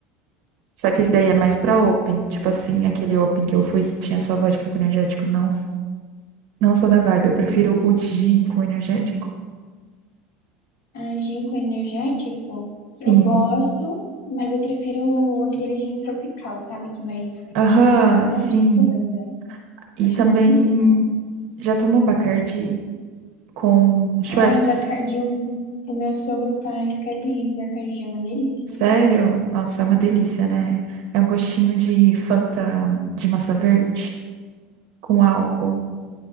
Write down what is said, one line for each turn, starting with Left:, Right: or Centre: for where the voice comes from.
Right: Só que esse daí é mais pra open. Tipo assim, aquele open que eu fui que tinha só vodka com energético. Não, não sou da vibe. Eu prefiro o de gin com energético.
Left: Ah, gin com energético,
Right: Sim.
Left: eu gosto, mas eu prefiro aquele gin tropical, sabe? Que vai frutinha,
Right: Aham,
Left: vai um
Right: sim.
Left: monte de coisa.
Right: E
Left: Acho
Right: também
Left: uma delícia.
Right: já tomou Bacardi com Schweppes?
Left: Ai, Bacardi, eu- o meu sogro faz caipirinha de Bacardi, é uma delícia.
Right: Sério? Nossa, é uma delícia, né? É um gostinho de Fanta de maçã verde com álcool.